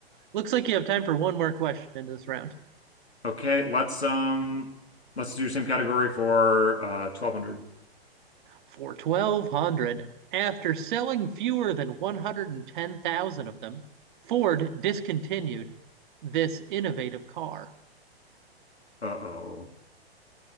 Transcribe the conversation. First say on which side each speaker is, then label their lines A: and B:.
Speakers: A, on the right; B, on the left.
A: looks like you have time for one more question in this round.
B: Okay, let's um let's do the same category for uh 1200.
A: For 1,200, after selling fewer than 110,000 of them, Ford discontinued this innovative car.
B: Uh-oh.